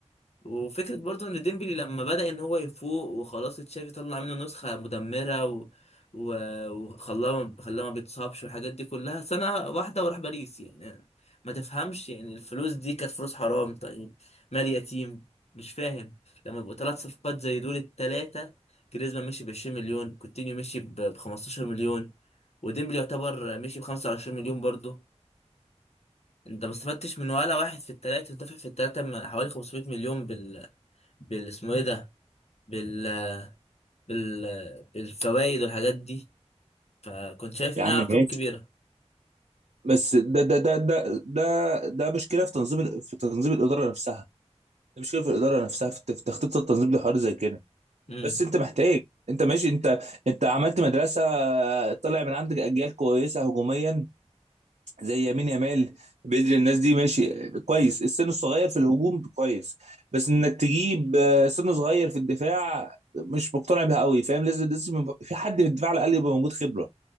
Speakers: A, on the left; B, on the right.
A: وفكرة برضو ان ديمبلي لما بدأ ان هو يفوق وخلاص تشافي طلع منه نسخة مدمرة و... و... وخلاه خلاه ما بيتصابش والحاجات دي كلها سنة واحدة وراح باريس يعني ما تفهمش يعني الفلوس دي كانت فلوس حرام طيب مال يتيم مش فاهم لما يبقوا ثلاث صفقات زي دول التلاتة جريزمان مشي ب 20 مليون كوتينيو مشي ب 15 مليون وديمبلي يعتبر مشي ب 25 مليون برضه انت ما استفدتش من ولا واحد في التلاتة انت دافع في التلاتة حوالي 500 مليون بال اسمه ايه ده بال بال بالفوائد والحاجات دي فكنت شايف
B: يا
A: انها
B: عم ماشي
A: ارقام كبيره
B: بس ده ده ده ده ده ده مشكله في تنظيم ال- في تنظيم الاداره نفسها ده مشكله في الاداره نفسها في في تخطيط التنظيم لحوار زي كده
A: امم
B: بس انت محتاج انت ماشي انت انت عملت مدرسه طلع من عندك اجيال كويسه هجوميا زي يمين يامال بدري الناس دي ماشي كويس السن الصغير في الهجوم كويس بس انك تجيب آه، سن صغير في الدفاع مش مقتنع بيها قوي فاهم لازم لازم يبقى في حد في الدفاع على الاقل يبقى موجود خبره